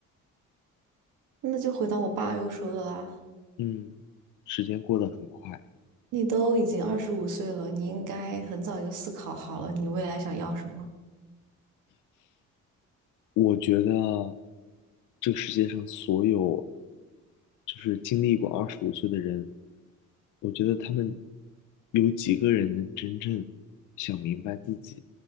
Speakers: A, on the right; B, on the left.
A: 那就回到我爸又说的啦，
B: 嗯，时间过得很快。
A: 你都已经二十五岁了，你应该很早就思考好了，你未来想要什么。
B: 我觉得这个世界上所有就是经历过二十五岁的人，我觉得他们有几个人能真正想明白自己